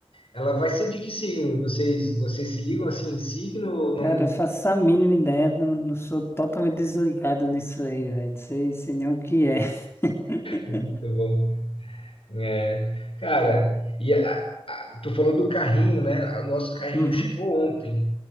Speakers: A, on the left; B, on the left.
A: ela vai ser de que signo? Vocês, vocês se ligam assim em signo ou não?
B: Cara, eu faço a mínima ideia, não, não sou totalmente desligado nisso aí, velho, não sei, sei nem o que é. <laughs>
A: Muito bom. É, cara, e a- a- tu falou do carrinho, né? O nosso carrinho
B: Uhum.
A: chegou ontem.